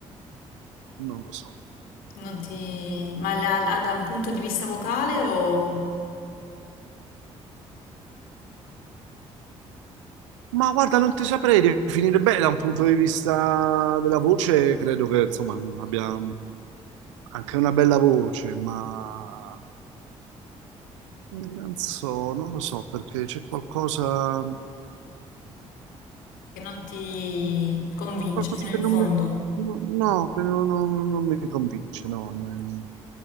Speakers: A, on the right; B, on the left.
A: non lo so.
B: Non ti... Ma la- la- da un punto di vista vocale o
A: Ma guarda, non ti saprei definire bene da un punto di vista della voce, credo che insomma abbia anche una bella voce, ma non so, non lo so perché c'è qualcosa,
B: che non ti convince
A: qualcosa
B: fino in
A: che non
B: fondo?
A: mi, no, no, che non, non- non mi convince, no, non-